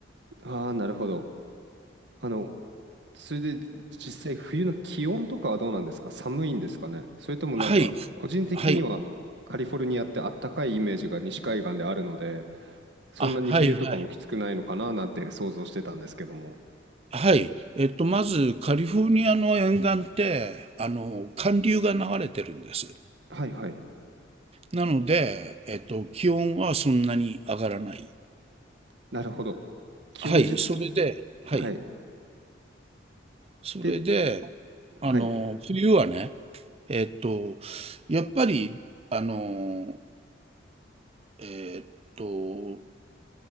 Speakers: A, on the right (about 65°); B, on the right (about 30°).
A: ああ、なるほど。あの、それで実際冬の気温とかはどうなんですか寒いんですかねそれともなんか個人的にはカリフォルニアってあったかいイメージが西海岸であるので
B: はい、はい、
A: そんなに冬とかもきつくないのかななんて想像してたんですけども
B: あ、はいはい。はい。えっと、まず、カリフォルニアの沿岸って、あの、寒流が流れてるんです。
A: はいはい
B: なので、えっと、気温はそんなに上がらない。
A: なるほど気温自体
B: はい、それで、はい、
A: はい
B: それで、
A: ではい
B: あの、冬はね、えっと、やっぱり、あの、えっと、